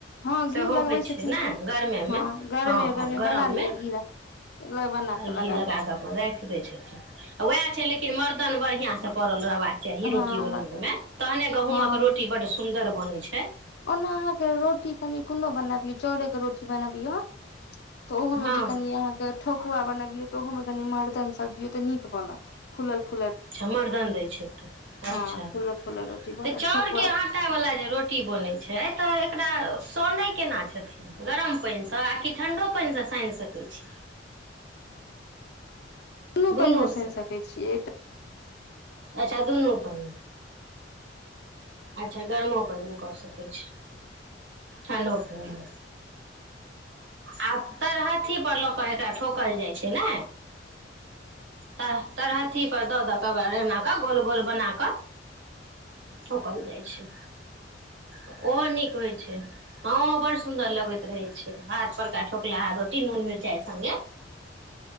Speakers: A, on the left; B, on the right.
A: हँ घी
B: सेहो
A: लगबै
B: होइ
A: छथिन
B: छै ने
A: की
B: गर्मे मे
A: हँ गरमे
B: हँ हँ
A: गरमे
B: गरम
A: बना लिअ
B: मे
A: घी बना कऽ
B: घी
A: लिअ
B: लगा कऽ अपन राख दै छथिन वैह छै लेकिन ल मर्दन बढ़िया से पड़ल रहबाक चाही रोटी
A: हँ
B: बनवे
A: मतलब
B: में तहने गहुूंमक
A: हँ
B: रोटी बड सुन्दर बनै छै
A: ओना अहाँके रोटी कनि कोनो बनाबियौ चाउड़ेके रोटी बनाबियौ तऽ ओहोमे
B: हँ
A: जे कनि अहाँके ठकुआ बनबिय त ओहो मे कनी मर्दन सब दियौ तऽ नीक बनत फूल फूल
B: अच्छा मर्दन दैत छै तऽ अच्छा
A: हँ फूलल फूलल रोटी बनत
B: तऽ चाउरके
A: ठोकुआ
B: आटा वला जे रोटी बनैत तऽ एकरा साने केना छथिन गरम पान सॅं कि ठंडा पानसँ सानि सकै छी
A: कोनो
B: दुनूसँ
A: पानिमे सान सकैत छियै तऽ
B: अच्छा दुनूपइमे अच्छा गरमो पैन मे कऽ सकै छै ठंडो पाइन मे आ तर हाथी पर लऽ कऽ एकरा ठोकल जाइत छै ने तऽ तर हथी पर दऽ द क ओरा ऽ गोल गोल बना कऽ ठोकल जाइत छै ओहो नीक होइत छै हँ बड़् सुन्दर लगैत रहै छै हाथ परका ठोकला रोटी नून मिरचाइ सङ्गे